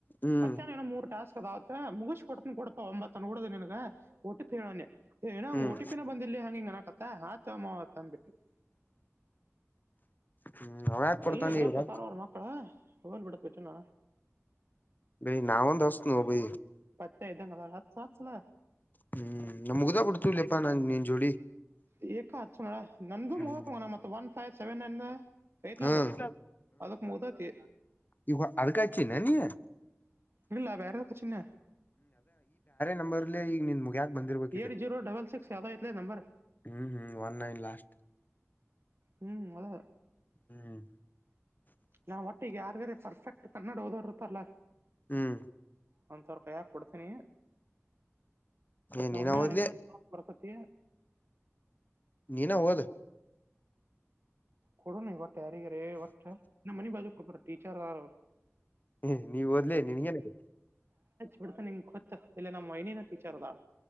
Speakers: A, on the left (about 40°); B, on the right (about 55°).
A: ಹ್ಮ್
B: ಪತ್ತ ೋ ಮೂರು ಟಾಸ್ಕ್ ಅದೆ ಮುಗಿಸ್ ಕೊಡ್ ಕೊಡಪ ಒಂಬತ್ತನ ಕೊಡದ ನನ್ಗೆ ಒಟ್ಟಿಫ ಹೇಳಣನೆ ಏನೋ ಹಂಗ್
A: ಹ್ಮ್
B: ಟಿ ಪಿನ ಬಂದಿಲ್ಲಲಿ ಹಂಗಿಂಗ ನನಕತ್ತ ಆತ್ಮ್ಮ ಅಂದಬಿಟ್ಟಿ <unintelligible>
A: ಹ್ಮ್ ಅವ ಯಾಕ ಕೊಡ್ತಾನ
B: ಎಲ್ಲ ಇದ್ರಾ
A: ಈಗ
B: ಕುೂತಾರ ಅವರು ಮಕ್ಕಳ ಹೋಗಲ್ ಬಿಡತ್ ಬಿಟ್ರೆ ನಾ
A: ಬ ನಾಾವ ದಸನುುೋಗ <inaudible>
B: ಪತ್ತೆ ಇದ್ದಂಗ ಅದಾಳ ಹಚ್ಚ ಹಚ್ಚಲ
A: ಹ್ಮ್ ನಮ ಮುಗ್ದಾ ಬಿಡ್ತೀವಿ ಲಪ್ಪಾ ನಾನ್ ನೀನ್ ಜೋಡಿ
B: ಎಏ ಹ ಸ ಮಡ ನಂದುು
A: ಹ್ಮ್
B: ಮುಗತ್ತು ಮ ಮತ್ತ ಒನ್ ಫೈವ್ ಸೆವೆನ್ ನೈನ್ ಹೇತ್ಲ
A: ಹ್ಮ್
B: ಅದ ಅದಕ್ ಮುದತಿ
A: ಈ ಅಡ್ಕಾಚೆನ್ನ ನೀ
B: ಇಲ್ಲಾ ಯದಕ್ಕೂ ಚನ್ನ
A: ನಂಬರ್ ಇಲ್ಲಿ ಈಗ ನಿ ಮುಗ ಬಂದಿರ್ಬೇಕ
B: ಏಟ್ ಜೀರೋ ಡಬಲ್ ಸಿಕ್ಸ್ ಯಾವ್ದೋ ಐತ್ಲೆ ನಂಬರ್
A: ಹ್ಮ್ ಹ್ಮ್ ಒನ್ ನೈನ್ ಲಾಸ್ಟ್
B: ಹ್ಮ್ ಅ
A: ಹ್ಮ್
B: ನಾವ್ ಒಟ್ಟಿಗೆ ಯಾರ್ಗಾರ ಪರ್ಫೆಕ್ಟ್ ಕನ್ನಡ ಹೋದವರುತ್ತಲ್ಲಾ
A: ಹ್ಮ್
B: ಒಂದು ಸಾವಿ್ರ ಕಾಯಾಕಿ ಕೊಡ್ತೀನಿ
A: ಏ
B: ನಮ್ಮ
A: ನೀನ್
B: ಮಮ್ಮಿ
A: ಓದ್ಲಿ
B: ಅವ್ರಿಗೆ ಬರ್ತತಿ
A: ನೀನ ಹೋಗದು
B: ಕೊೋಡೋ ನ ವಟ್ಟ ಯಾರಿಗೆಾರೆ ವ ಮನೆ ಬಾಜುಬಟೀಚರ್ಾರ
A: ಹ ನೀವ್ ಓದ್ಲೇ ನೀನ್ ಏನಾಗಿ
B: ಬಿಡ್ತ ನಿಂ ಗೊತ್ತ ಇಲ್ಲ ನಮ್ಮ ಏನಿನ ಟೀಚರ್ ಅದಾ